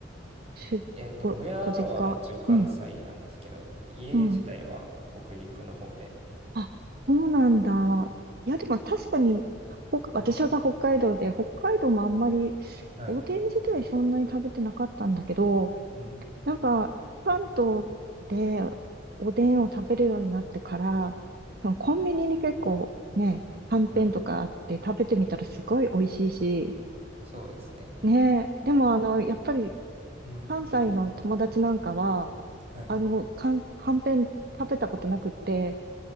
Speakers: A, on the right (about 55°); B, on the right (about 35°).
A: し、
B: えっと、
A: ご、
B: 親は一応関西なんですけど、
A: ご実家。うん、
B: 家自体は北陸の方で。
A: うん。あ、そうなんだ。いや、でも確かに、ほ、私が北海道で、
B: うん、
A: 北海道もあんまり、
B: はい。
A: おでん自体そんなに食べてなかったんだけど、
B: うん、
A: なんか、関東でおでんを食べるようになってから、多分コンビニに結構ね、はんぺんとかあって食べてみたらすごい美味しいし、
B: はい。そうですね。
A: ねえ、でもあの、やっぱり
B: うん、
A: 関西の友達なんかは、
B: はい。
A: あの、かん、はんぺん食べたことなくって、